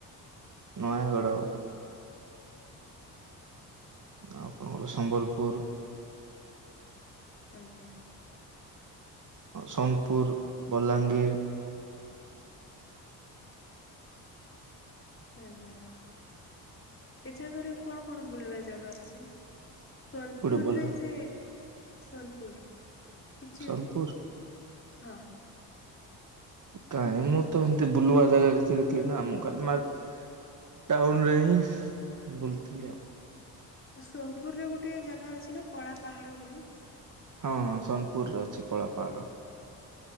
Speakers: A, on the right; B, on the left.
A: ନୟାଗଡ଼ ଆପଣ ଙ୍କର ସମ୍ବଲପୁର
B: ଆଜ୍ଞା।
A: ସୋନପୁର ବଲାଙ୍ଗୀର
B: ଆଜ୍ଞା ଏ ଜାଗାରେ କଣ କଣ ବୁଲିବା ଜାଗା ଅଛି। ସୋନପୁରରେସେ
A: ଗୋଟେ ବଲା
B: ସୋନପୁର। କିଛି
A: ସୋନପୁର
B: ହଁ।
A: କାହିଁ ମୁଁ ତ ଏମିତି ବୁଲୁବା ଜାଗା କିଛି ଦେଖିଲିନି ଆମେ ଖାଲି ମାର୍କେ ଟାଉନରେ ହିଁ ବୁଲିଥିଲି ଆଉ।
B: ସୋନପୁରରେ ଗୋଟେ ଜାଗା ଅଛି ନା କଳା ପାହାଡ଼ ବୋଲି।
A: ହଁ ହଁ ସୋନପୁରରେ ଅଛି କଳା ପାହାଡ଼।